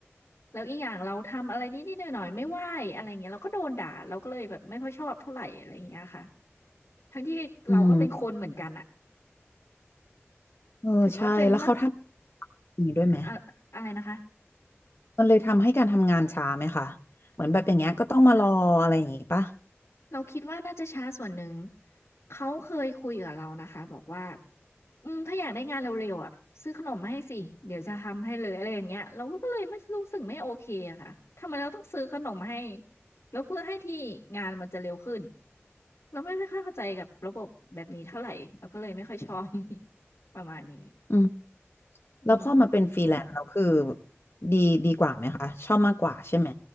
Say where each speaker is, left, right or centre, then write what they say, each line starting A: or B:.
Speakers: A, on the left; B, on the left.
A: แล้วอีกอย่างเราทำอะไรนิดนิดหน่อยหน่อยๆไม่ไหวอะไรเงี้ยเราก็โดนด่าเราก็เลยแบบไม่ค่อยชอบเท่าไหร่อะไรเงี้ยค่ะทั้งที่เราก็เป็นคนเหมือนกันอะ
B: อืม
A: <laughs>
B: เออใช่
A: ถึงว่าเป็นละ
B: แล้วเขาทำอย่างนี้ด้วยไหม
A: อะอะไรนะคะ
B: มันเลยทำให้การทำงานช้าไหมคะ เหมือนแบบอย่างเงี้ยก็ต้องมารออะไรอย่างงี้ปะ
A: เราคิดว่าน่าจะช้าส่วนหนึ่งเขาเคยคุยกับเรานะคะบอกว่าอืมถ้าอยากได้งานเร็วๆอ่ะซื้อขนมมาให้สิเดี๋ยวจะทำให้เลยอะไรอย่างเงี้ยเราก็เลยไม่รู้สึกไม่โอเคอะค่ะทำไมเราต้องซื้อขนมให้แล้วเพื่อให้ที่งานมันจะเร็วขึ้นเราไม่ค่อยเข้าใจกับระบบแบบนี้เท่าไหร่เราก็เลยไม่ค่อยชอบ <laughs> ประมาณนี้
B: อืม
A: อืม
B: แล้วพอมาเป็นฟรีแลนซ์เราคือดีดีกว่าไหมคะ ชอบมากกว่าใช่ไหม